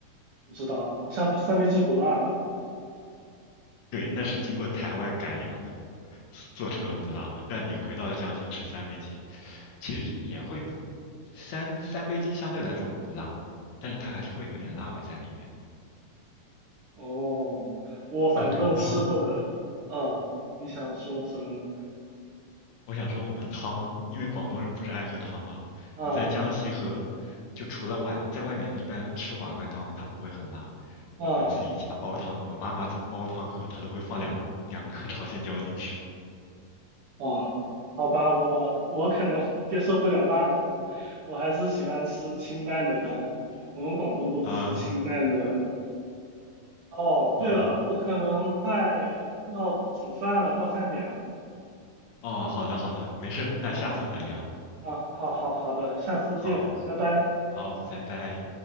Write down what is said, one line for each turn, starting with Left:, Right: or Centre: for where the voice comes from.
Right: 不知道。像三杯鸡不辣吧？
Left: 对，那是经过台湾改良的，<laughs> 做成了不辣的。但你回到江西吃三杯鸡，其实也会不，三三杯鸡相对来说不辣，但是它还是会有点辣味在里面。
Right: 哦，我反正吃过的，
Left: 哦，对，然后
Right: 啊，你想说什么呢？
Left: 我想说，我们汤，因为广东人不是爱喝汤吗？
Right: 啊
Left: 你在江西喝，就除了外，在外面一般吃瓦罐汤，它不会很辣。
Right: 啊
Left: 我们自己家煲汤，我妈妈做煲汤喝，她都会放两两颗朝天椒进去。
Right: 哦，好吧，我我可能接受不了辣的汤，我还是喜欢吃清淡的汤。我们广东都是吃清淡的。
Left: 啊，
Right: 哦，
Left: 嗯，
Right: 对了，我可能快要煮饭了，到饭点了。
Left: 哦，好的好的，没事，那下次再聊。
Right: 嗯啊，好好好的，下次见，
Left: 好，
Right: 拜拜。
Left: 好，拜拜。